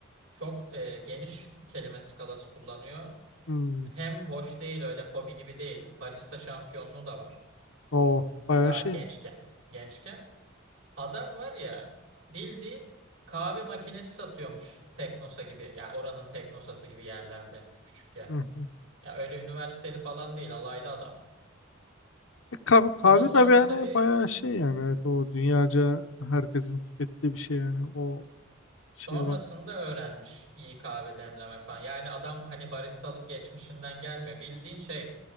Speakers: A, on the right; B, on the left.
A: Çok e, geniş kelime skalası kullanıyor.
B: Hmm,
A: Hem boş değil öyle hobi gibi değil. Barista şampiyonluğu da var.
B: o bayağı
A: Daha
B: şeymiş.
A: gençken. Gençken. Adam var ya bildiğin kahve makinesi satıyormuş Teknosa gibi. Yani oranın Teknosası gibi yerlerde küçükken.
B: Hı hı.
A: Ya öyle üniversiteli falan değil, alaylı adam.
B: E, Kahve, kahve
A: Ama sonra
B: tabii yani
A: tabii
B: bayağı şey yani evet o dünyaca herkesin tükettiği bir şey yani o
A: sonrasında
B: şey var.
A: öğrenmiş iyi kahve demlemek falan. Yani adam hani baristalık geçmişinden gelmiyor. Bildiğin şey